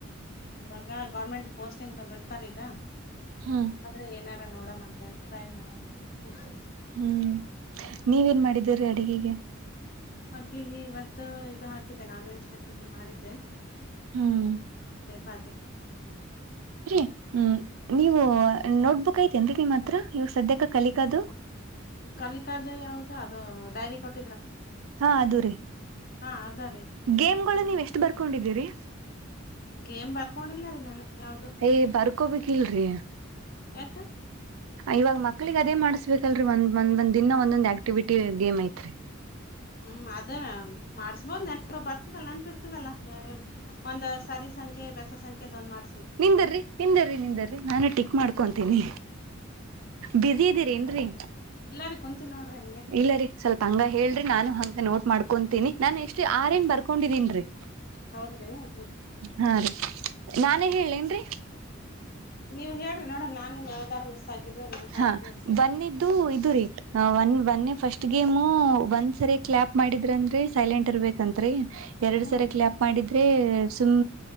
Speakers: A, on the left (about 45°); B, on the right (about 85°).
A: ಇವಾಗ ಗೌರ್ಮೆಂಟ್ ಪೋಸ್ಟಿಂಗ್ ಬಿಡ್ತಾರ ಈಗ
B: ಹ್ಮ್
A: ಆದ್ರೆ ಏನ ನೋಡಮ್ ಅಂತೇಳಿ ಟ್ರೈ ಮಾಡಮ್ ಅಂತ
B: ಹ್ಮ್ ನೀವೇನ್ ಮಾಡಿದೀರಿ ಅಡಗೆಗೆ
A: ಅಡ್ಗಿಗೆ ಇವತ್ತು ಇದು ಹಾಕಿದ್ದಿದೆ ನಾನ್ ವೆಜ್ ಹಾಕಿದೆ ಮಾಡಿದ್ದೆ....
B: ಹ್ಮ್
A: <unintelligible>
B: ರೀ ಹ್ಮ್.... ನೀವು ನೋಟ್ ಬುಕ್ ಐತೆನ್ ರೀ ನಿಮ್ಮ ಹತ್ರ ಇವ ಸದ್ಯಕ್ಕೆ ಕಲಿಕಾದು
A: ಕಲಿಕದು ಯಾವ್ದ ಅದು ಡೈರಿ ಕೊಟ್ಟ
B: ಹಾ ಅದು ರೀ
A: ಹಾ ಅದ ರೀ
B: ಗೇಮ್ಗಳು ನೀವು ಎಷ್ಟು ಬರ್ಕೊಂಡಿದ್ದೀರಿ
A: ಗೇಮ್ ಬರ್ಕೊಂಡಿಲ್ಲ ರೀ ನಾನು ಯಾವ್ದು
B: ಯೇ.. ಬರ್ಕೋಬೇಕಿಲ್ರಿ
A: ಯಾಕ
B: ಇವಾಗ ಮಕ್ಳಿಗೆ ಅದೇ ಮಾಡ್ಸಕಲ್ರರಿ ಒಂದ್ ಒಂದ್ ಒಂದ್ ದಿನ ಒಂದೊಂದ್ ಆಕ್ಟಿವಿಟಿ ಗೇಮ್ ಐತ್ರಿ
A: ಹ್ಮ್ ಅದೇ ಮಾಡ್ಸ್ಬೋದ್ ನೆನಪ ಬರ್ತದಲ್ಲಾ ನೆನ್ಪಿರ್ತದಲ್ಲ ಯಾವ್ಯಾವ್ದು ಒಂದ್ ಸರಿ ಸಂಖ್ಯೆ ಬೆಸ ಸಂಖ್ಯೆ ಮಾಡಸ
B: ನಿಂದರಿ ನಿಂದ್ರರಿ ನಿಂದರಿ ನಾನು ಟಿಕ್ ಮಾಡ್ಕೊಂತೀನಿ ಬಿಜಿ ಇದ್ದೀರಿ ಏನ್ರರಿ
A: ಎಲ್ಲಾರಿ ಕುಂತೀನ್ ನೋಡ್ರಿ ಹಂಗೆ
B: ಇಲ್ಲ ರೀ ಸ್ವಲ್ಪ ಹಂಗ ಹೇಳ್ರಿ ನಾನು ಹಂಗ ನೋಟ್ ಮಾಡ್ಕೊತೀನಿ ನಾನ್ ಎಷ್ಟು
A: ಹ್ಮ್
B: ಆರೆನ್ ಬರ್ಕೊಂಡಿದೀನ್ ರೀ
A: ಹೌದ್ರಿ ಹ್ಮ್
B: ಹಾ ರೀ ನ ಏನ್ರಿ
A: ನೀವು ಹೇಳರಿ ನೋಡಮ್ ನಾನು ಯಾವ್ದಾರ ಆಗಿದ್ದು ನನ್ ತಾರಿದು
B: ಹಾ ಒನೆದ್ದು ಇದು ರೀ ಒನ್ ಒನ್ ಮೊನ್ನೆ ಫಸ್ಟ್ ಗೇಮು ಒಂದ್ ಸರಿ ಕ್ಲಾಪ್ ಮಾಡಿದ್ರ ಅಂದ್ರೆ ಸೈಲೆಂಟ್ ಇರ್ಬೇಕತ್ರಿ ಎರಡ್
A: ಹ್ಮ್
B: ಸರ ಕ್ಲ್ಯಾಪ್ ಮಾಡಿದ್ರೆ ಸುಮ್